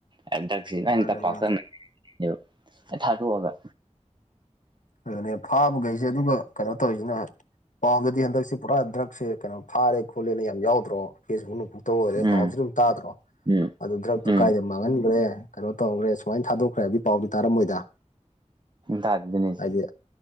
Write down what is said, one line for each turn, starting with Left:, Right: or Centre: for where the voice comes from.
Right: ꯍꯟꯗꯛ ꯁꯤ ꯑꯗꯨꯃꯥꯏꯅ
Left: ꯃꯥꯅꯦ
Right: ꯇꯞꯄꯥꯛꯇꯅꯅꯦꯕ
Left: ꯃꯥꯅꯦ
Right: ꯊꯥꯗꯣꯛ ꯑꯒ
Left: ꯑꯗꯨꯅꯦ ꯐꯥꯕꯈꯩꯁꯦ ꯑꯗꯨꯒ ꯀꯩꯅꯣ ꯇꯧꯔꯤꯁꯤꯅ ꯄꯥꯎꯗꯗꯤ ꯍꯟꯗꯛꯁꯤ ꯄꯨꯔꯥ ꯗ꯭ꯔꯛꯁꯦ ꯀꯩꯅꯣ ꯐꯥꯔꯦ ꯈꯣꯠꯂꯦꯅ ꯌꯥꯝ ꯌꯥꯎꯗ꯭ꯔꯣ ꯐꯦꯁꯕꯨꯛꯅꯛꯇ ꯑꯣꯏꯔꯦ
Right: ꯎꯝ
Left: ꯄꯥꯎꯁꯨ ꯑꯗꯨꯝ ꯇꯥꯗ꯭ꯔꯣ
Right: ꯎꯝ
Left: ꯑꯗꯨ ꯗ꯭ꯔꯛꯇꯣ
Right: ꯎꯝ
Left: ꯀꯥꯏꯗ ꯃꯥꯡꯍꯟꯈ꯭ꯔꯦ ꯀꯩꯅꯣ ꯇꯧꯈ꯭ꯔꯦ ꯁꯨꯃꯥꯏꯅ ꯊꯥꯗꯣꯛꯈ꯭ꯔꯦꯕꯒꯤ ꯄꯥꯎꯗꯤ ꯇꯥꯔꯝꯃꯣꯏꯗ
Right: ꯇꯥꯗꯦꯅꯦ
Left: ꯍꯥꯏꯗꯤ ꯑꯗꯨ